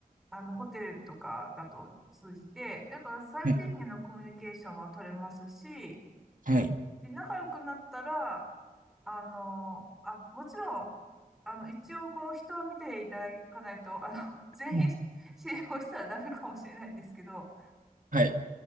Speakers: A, in the centre; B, on the right.
A: あの、ホテルとかだと通じて、だから最低限のコミュニケーションは取れますし、
B: はい。はい。
A: で、仲良くなったら、あの、あ、もちろん、あの、一応こう人を見ていただかないと、あの、<laughs> 全員信用したらダメかもしれないんですけど、
B: うんはい。